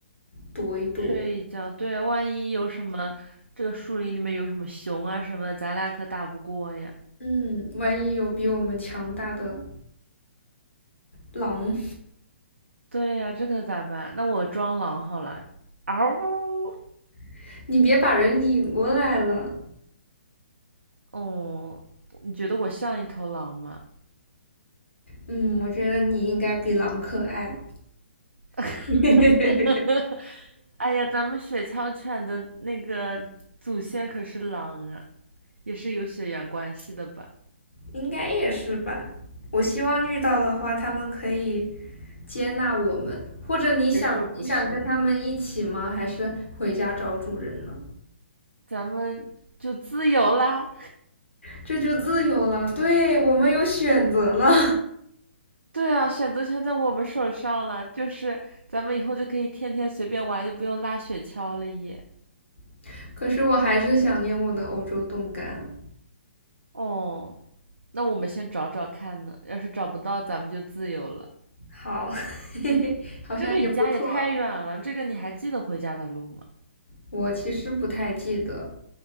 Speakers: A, on the left; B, on the right.
A: 躲一躲。
B: 睡一觉，对啊，万一有什么，这个树林里面有什么熊啊什么的，咱俩可打不过呀。
A: 嗯，万一有比我们强大的狼，
B: 对呀，这可咋办？那我装狼好了。嗷呜！
A: <laughs> 你别把人引过来了。
B: 哦，你觉得我像一头狼吗？
A: 嗯，我觉得你应该比狼可爱。
B: <laughs>
A: <laughs>
B: 哎呀，咱们雪橇犬的那个祖先可是狼啊，也是有血缘关系的吧？
A: 应该也是吧。我希望遇到的话，他们可以接纳我们，或者你想你想跟他们一起吗？
B: 谁说不是呢？
A: 还是回家找主人呢？
B: 咱们就自由啦！
A: 这就自由了，对，我们有选择了。
B: 对啊，选择权在我们手上了，就是咱们以后就可以天天随便玩，就不用拉雪橇了耶。
A: <laughs> 可是我还是想念我的欧洲冻干。
B: 哦，那我们先找找看呢，要是找不到，咱们就自由了。
A: 好，<laughs> 嘿嘿，好像也不错。
B: 这离家也太远了，这个你还记得回家的路吗？
A: 我其实不太记得，